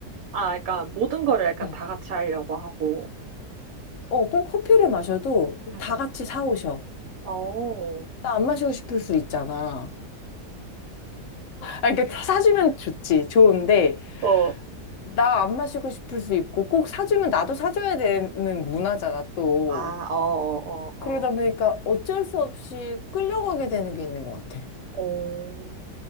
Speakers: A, on the right; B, on the left.
A: 아, 그러니까 모든 거를 약간
B: 응.
A: 다 같이 하려고 하고,
B: 어, 꼭 커피를 마셔도
A: 음, 음.
B: 다 같이 사오셔.
A: 어, 어,
B: 나 안 마시고 싶을 수 있잖아. 아니, 그러니까 사주면 좋지, 좋은데,
A: 어,
B: 나 안 마시고 싶을 수 있고, 꼭 사주면 나도 사줘야 되는 문화잖아, 또.
A: 아, 어, 어,
B: 그러다
A: 어.
B: 보니까 어쩔 수 없이 끌려가게 되는 게 있는 것 같아.
A: 어,